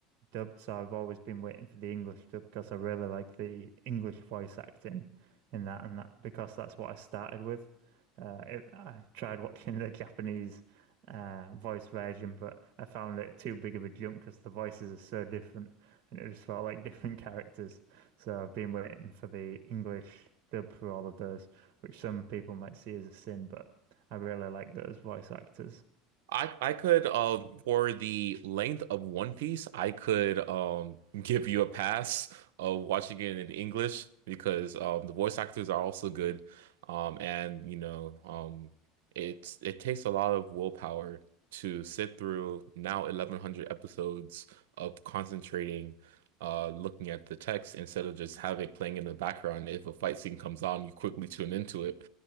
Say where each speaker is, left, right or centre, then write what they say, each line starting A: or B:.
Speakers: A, on the right; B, on the right.
A: dubbed, so I've always been waiting for the English dub because I really like the English voice acting in that, and that because that's what I started with. Uh, it, I tried watching the <laughs> Japanese uh, voice version, but I found it too big of a jump because the voices are so different, and it just felt like <laughs> different characters. So I've been waiting for the English dub for all of those, which some people might see as a sin, but I really like those voice actors.
B: I I could um for the length of One Piece, I could um give you a pass of watching it in English because um the voice actors are also good. Um and you know um it's it takes a lot of willpower to sit through now 1100 episodes of concentrating uh looking at the text instead of just have it playing in the background. If a fight scene comes on, you quickly tune into it